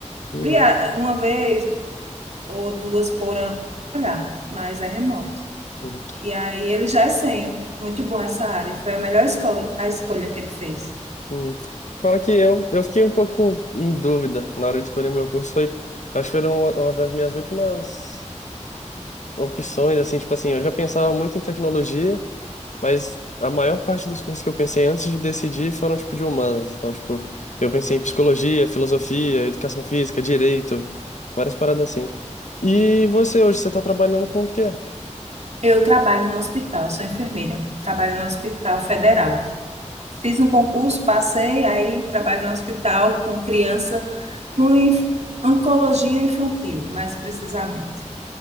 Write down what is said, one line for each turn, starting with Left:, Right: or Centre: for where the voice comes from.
Left: Uhum,
Right: Ele, ah, uma vez ou duas por ano, mas é remoto.
Left: uhum,
Right: E aí ele já é sênior. Muito bom essa área. Foi a melhor escolha, a escolha que ele fez.
Left: uhum. Fala que eu, eu fiquei um pouco em dúvida na hora de escolher meu curso, foi, acho que foi uma, uma das minhas últimas opções, assim, tipo assim, eu já pensava muito em tecnologia, Mas a maior parte dos cursos que eu pensei antes de decidir foram, tipo, de humanas. Então, tipo, eu pensei em psicologia, filosofia, educação física, direito, várias paradas assim. E você hoje, você tá trabalhando com o quê?
Right: Eu trabalho no hospital, eu sou enfermeira. Trabalho no Hospital Federal. Fiz um concurso, passei, aí trabalho no hospital com criança com inf- oncologia infantil, mais precisamente.